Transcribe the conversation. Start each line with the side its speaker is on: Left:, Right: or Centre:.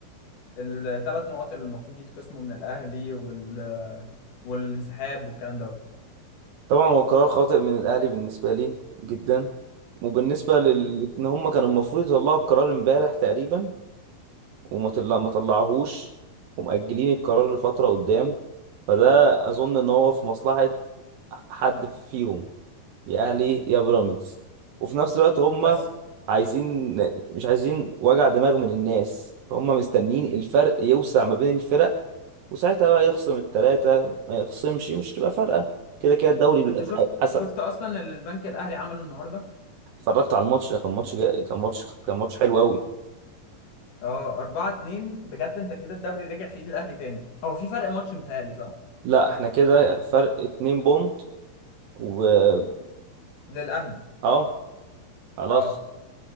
Left: الثلاث نقط اللي المفروض يتخصموا من الاهلي وال والانسحاب والكلام دوت
Right: طبعا هو قرار خاطئ من الأهلي بالنسبة لي جدا وبالنسبة لل
Left: مم.
Right: إن هم كانوا المفروض يطلعوا القرار امبارح تقريبا وما طلع... ما طلعهوش ومأجلين القرار لفترة قدام فده أظن إن هو في مصلحة حد فيهم يا أهلي يا بيراميدز وفي نفس الوقت هم
Left: بس
Right: عايزين مش عايزين وجع دماغ من الناس فهم مستنيين الفرق يوسع ما بين الفرق وساعتها بقى يخصم التلاتة ما يخصمش مش تبقى فارقة كده كده الدوري بيبقى
Left: انت شفت
Right: حسب
Left: شفت اصلا اللي البنك الاهلي عمله النهارده
Right: اتفرجت على الماتش ده كان ماتش جا... كان ماتش كان ماتش حلو قوي
Left: اه 4 2 بجد انت كده الدوري رجع في ايد الاهلي تاني هو في فرق ماتش متهيألي صح؟
Right: لا احنا كده فرق اتنين بونت وبس
Left: للاهلي
Right: اه خلاص
Left: اه